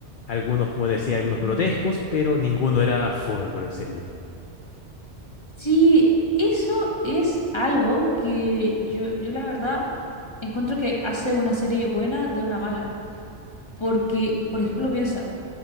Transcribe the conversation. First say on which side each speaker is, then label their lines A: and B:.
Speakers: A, on the left (about 55°); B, on the left (about 25°).
A: algunos, como decía, algunos
B: Ujú.
A: grotescos, pero ninguno era fome, por decirlo.
B: Sí, eso es algo que yo, yo la verdad encuentro que hace una serie buena de una mala. Porque, por ejemplo, piensa,